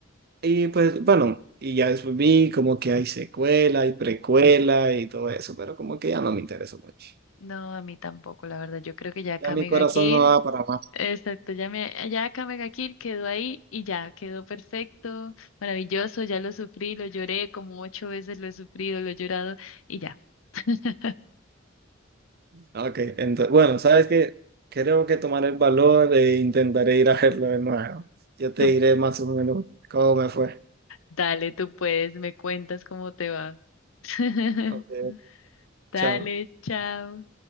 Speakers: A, on the right; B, on the left.
A: Y pues bueno, y ya después vi como que hay secuela y precuela y todo eso, pero como que ya no me interesó mucho.
B: No, a mí tampoco, la verdad. Yo creo que ya Kamega
A: Ya mi corazón
B: Kill,
A: no da para más.
B: exacto, ya me, ya Kamega Kill quedó ahí y ya, quedó perfecto, maravilloso, ya lo sufrí, lo lloré como ocho veces, lo he sufrido, lo he llorado y ya. <laughs>
A: Ok, entonces, bueno, ¿sabes qué? Creo que tomaré el valor e intentaré ir a verlo de nuevo. Yo te
B: Tú,
A: diré más o menos cómo me fue.
B: dale, tú puedes, me cuentas cómo te va. <laughs>
A: Ok,
B: Dale,
A: chao.
B: chao.